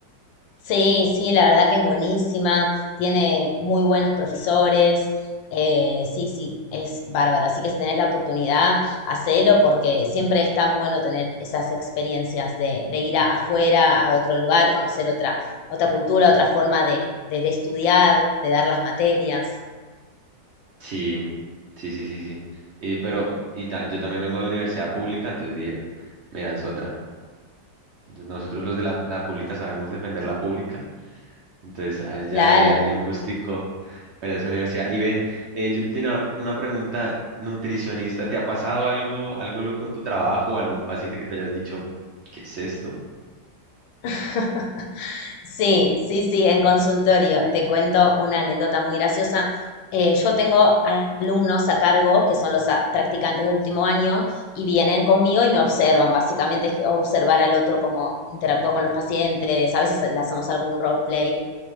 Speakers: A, on the left; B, on the right.
A: Sí, sí, la verdad que es buenísima, tiene muy buenos profesores, eh, sí, sí, es bárbaro. Así que si tenés la oportunidad, hacelo porque siempre es tan bueno tener esas experiencias de, de ir a- afuera, a otro lugar, conocer otra, otra cultura, otra forma de, de de estudiar, de dar las materias.
B: Sí, sí, sí, sí, sí. Y, pero y ta- yo también vengo de universidad pública, entonces dije, mira, es otra. Nosotros los de la, la pública sabemos defender la pública Entonces, allá
A: Claro.
B: hay, hay un gustico para esa universidad. Y ven, eh, yo tenía una una pregunta, nutricionista, ¿te ha pasado algo, algo loco en tu trabajo o algún paciente que te hayas dicho, ¿qué es esto?
A: <laughs> Sí, sí, sí, en consultorio. Te cuento una anécdota muy graciosa. Eh, yo tengo alumnos a cargo que son los a- practicantes de último año y vienen conmigo y me observan. Básicamente es observar al otro cómo interactúa con los pacientes. A veces eh, le hacemos algún roleplay.